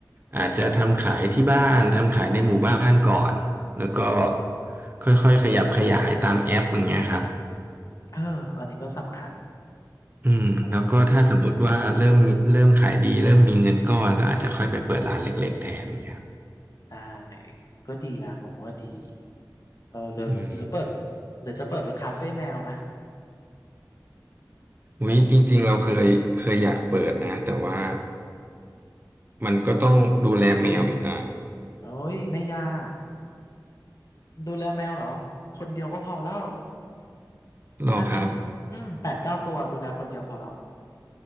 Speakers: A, on the right; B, on the left.
A: อาจจะทำขายที่บ้านทำขายในหมู่บ้านก่อนแล้วก็ค่อยๆขยับขยายตามแอปอย่างเงี้ยครับ
B: เอออันนี้ก็สำคัญ
A: อืมแล้วก็ถ้าสมมติว่าเริ่มมีเริ่มขายดีเริ่มมีเงินก้อนก็อาจจะค่อยไปเปิดร้านเล็กๆแทนอย่างเงี้ยครับ
B: เออจริงจริงได้ก็ดีนะผมว่าดีเออหรือจะเปิด
A: อืม
B: หรือจะเปิดเป็นคาเฟ่แมวไหม
A: วิจริงๆเราเคยเคยอยากเปิดนะแต่ว่ามันก็ต้องดูแลแมวอีกอ่ะ
B: เอ้ยไม่ยากดูแลแมวเหรอคนเดียวก็พอแล้ว
A: รอครับ
B: ถ้าเลี้ยงอืมแปดเก้าตัวดูแลคนเดียวพอแล้ว